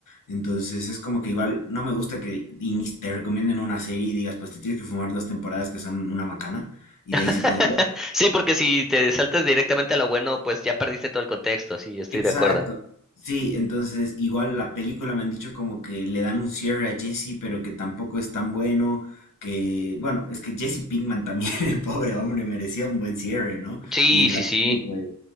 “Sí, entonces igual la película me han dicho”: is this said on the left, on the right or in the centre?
Left